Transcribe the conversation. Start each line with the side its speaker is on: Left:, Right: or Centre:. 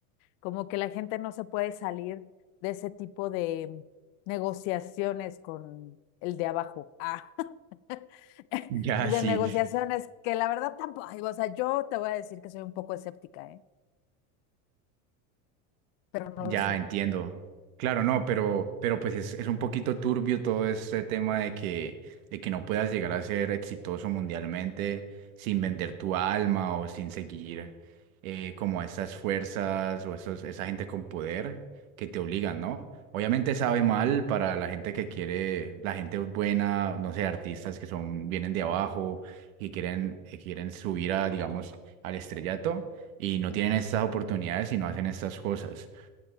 Left: como que la gente no se puede salir de ese tipo de negociaciones con el de abajo. Ah, <laughs>
Right: <laughs> ya
Left: de
Right: sí.
Left: negociaciones que la verdad tampoco, ay, o sea, yo te voy a decir que soy un poco escéptica, ¿eh? pero no
Right: Ya
Left: lo sé.
Right: entiendo. Claro, no, pero, pero pues es, es un poquito turbio todo este tema de que, de que no puedas llegar a ser exitoso mundialmente sin vender tu alma o sin seguir eh, como a esas fuerzas o esos, esa gente con poder que te obligan, ¿no? Obviamente sabe mal para la gente que quiere, la gente buena, no sé, artistas que son, vienen de abajo y quieren, que quieren subir a, digamos, al estrellato y no
Left: Ujú.
Right: tienen estas oportunidades y no hacen estas cosas